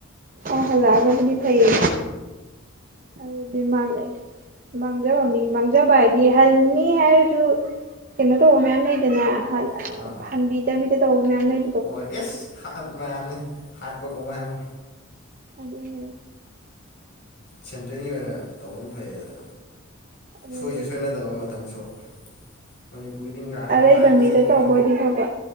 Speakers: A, on the right; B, on the left.
A: ꯑ ꯍꯜꯂꯛꯑꯒꯕꯨꯗꯤ ꯐꯩꯌꯦ ꯑꯗꯨꯗꯤ ꯃꯥꯡ ꯃꯥꯡꯖꯕ ꯃꯤ ꯃꯥꯡꯖꯕꯗꯤ ꯍꯟꯅꯤ ꯍꯥꯏꯔꯖꯨ ꯀꯦꯅꯣ ꯇꯧꯕ ꯃꯌꯥꯝ ꯂꯩꯗꯅꯥ ꯍꯟ
B: ꯑꯥ
A: ꯍꯟꯕꯤꯗꯕꯤꯗ ꯇꯧꯕ ꯃꯌꯥꯝ ꯂꯩ
B: ꯍꯣꯏ ꯑꯦꯁ ꯍꯥꯠ ꯃꯌꯥꯝꯅꯦ ꯍꯥꯠꯄ ꯀꯣꯡꯒꯥꯏ ꯑꯃ
A: ꯑꯗꯨꯅꯦ
B: ꯁꯦꯟꯇ꯭ꯔꯦꯟꯒꯤ ꯑꯣꯏꯅ ꯇꯧꯕꯅ ꯐꯩꯌꯦꯅ
A: ꯑꯗꯨꯗꯤ
B: ꯁꯣꯏꯁꯨ ꯁꯣꯏꯅꯗꯕ ꯃꯇꯝꯁꯨ ꯃꯅꯤ ꯃꯅꯤꯄꯨꯔꯒꯤꯗꯤ ꯉꯥꯏꯌꯨ
A: ꯑꯔꯩꯕ
B: ꯉꯥꯏꯌꯨ
A: ꯃꯤꯗ
B: ꯆꯍꯤ
A: ꯇꯧꯕ
B: ꯃ
A: ꯑꯣꯏꯗꯤ ꯐꯕ